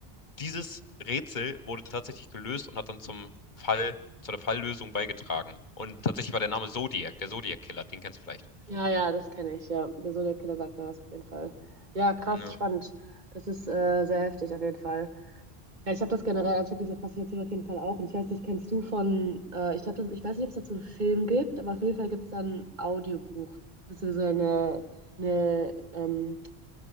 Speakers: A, on the left; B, on the right.
A: dieses Rätsel wurde tatsächlich gelöst und hat dann zum Fall, zu der Falllösung beigetragen. Und tatsächlich war der Name Zodiac, der Zodiac-Killer, den kennst du vielleicht.
B: ja, ja, das kenne ich. Ja, der so der Killer sagt mir was auf jeden Fall. Ja, krass,
A: Ja.
B: spannend. Das ist äh, sehr heftig auf jeden Fall. Ja, ich habe das generell, also ich habe diese Faszination auf jeden Fall auch. Und ich weiß nicht, kennst du von, äh, ich glaube, ich weiß nicht, ob es dazu einen Film gibt, aber auf jeden Fall gibt es da ein Audiobuch, beziehungsweise eine, eine, ähm,